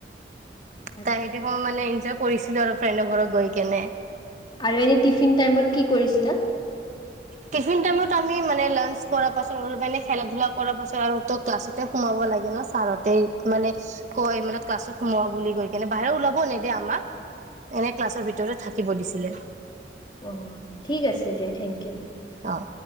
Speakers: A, on the left; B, on the right.
A: আচ্ছা
B: তা সেইটো সময় মানে ইনজয় কৰিছিলোঁ আৰু ফ্ৰেণ্ডৰ ঘৰত গৈ কেনে।
A: আৰু এনে টিফিন টাইমত কি কৰিছিলা?
B: টিফিন টাইমত আমি মানে লাঞ্চ কৰা পাছত মানে খেলা ধূলা কৰা পাছত আৰু ত' ক্লাছত তে সোমাব লাগে ন ছাৰহঁতে মানে কয় ক্লাছত সোমোৱা বুলি কৈ এনে বাহিৰ ওলাব নেদে আমাক এনে ক্লাছৰ ভিতৰতে থাকিব দিছিলে।
A: অ', ঠিক আছে দিয়া থেংক ইউ।
B: অ'।